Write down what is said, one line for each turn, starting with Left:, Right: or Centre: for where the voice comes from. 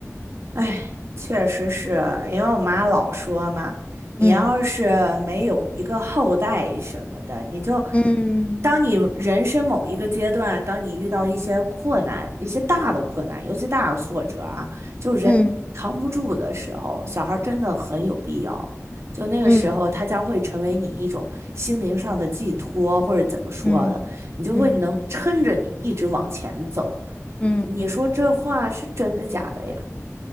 Right: 哎，确实是因为我妈老说嘛，你要是没有一个后代什么的，
Left: 嗯
Right: 你就
Left: 嗯
Right: 当你人生某一个阶段，当你遇到一些困难、一些大的困难，尤其大的挫折啊，就人扛不住的时候，
Left: 嗯
Right: 小孩儿真的很有必要。就那个时候，
Left: 嗯
Right: 他将会成为你一种心灵上的寄托，或者怎么说的，
Left: 嗯嗯嗯
Right: 你就会能撑着你一直往前走。你你说这话是真的假的呀？
Left: 嗯嗯。